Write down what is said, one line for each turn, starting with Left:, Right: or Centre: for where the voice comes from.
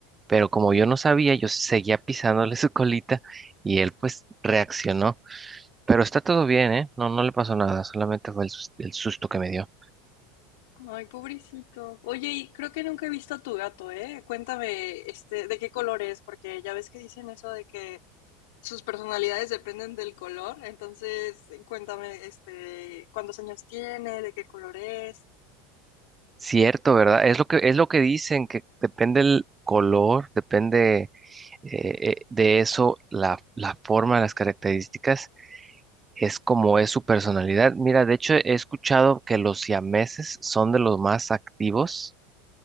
Right: pero como yo no sabía, yo seguía pisándole <laughs> su colita y él pues reaccionó. Pero está todo bien, ¿eh? No, no le pasó nada, solamente fue el, sus- el susto que me dio.
Left: Ay, pobrecito. Oye, y creo que nunca he visto a tu gato, ¿eh? Cuéntame, este, ¿de qué color es? Porque ya ves que dicen eso de que sus personalidades dependen del color. Entonces, cuéntame, este, ¿cuántos años tiene? ¿De qué color es?
Right: Cierto, ¿verdad? Es lo que, es lo que dicen, que depende el color, depende eh, eh, de eso, la, la forma, las características, es como es su personalidad. Mira, de hecho he escuchado que los siameses son de los más activos,